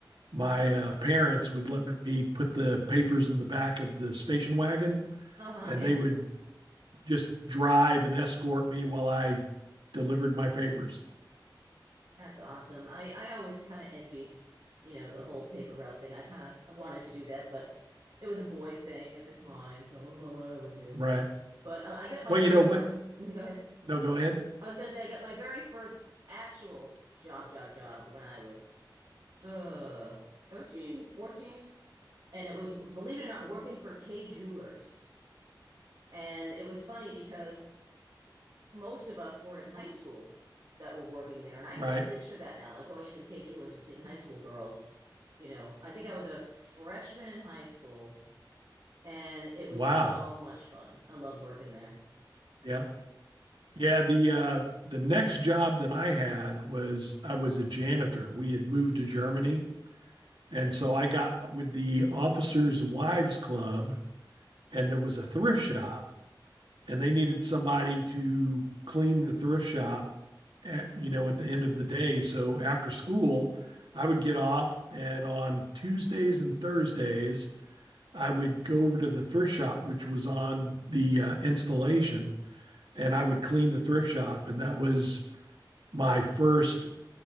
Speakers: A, on the right (about 80°); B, on the right (about 60°).
A: my uh, parents would let me put the papers in the back of the station wagon,
B: Uh-huh,
A: and
B: yeah.
A: they would just drive and escort me while I delivered my papers.
B: That's awesome. I I always kind of envied, you know, the whole paper route thing. I kind of wanted to do that, but it was a boy thing at the time, so it wasn't what I would do.
A: Right.
B: But I, I got my
A: Well,
B: very
A: you know
B: first.
A: what?
B: Go ahead.
A: No, go ahead.
B: I was gonna say I got my very first actual job, job, job when I was uh, 13, 14, and it was, believe it or not, working for K Jewelers. And it was funny because most of us were in high school that were working there, and I
A: Right.
B: can't picture that now, like going into a K Jewelers and seeing high school girls you know, I think I was a freshman in high school and it was
A: Wow.
B: so much fun. I loved working there,
A: Yeah. Yeah, the uh the next job that I had was I was a janitor. We had moved to Germany, and so I got with the Officers Wives Club and there was a thrift shop and they needed somebody to clean the thrift shop at you know at the end of the day. So after school, I would get off and on Tuesdays and Thursdays, I would go over to the thrift shop which was on the uh, installation and I would clean the thrift shop and that was my first,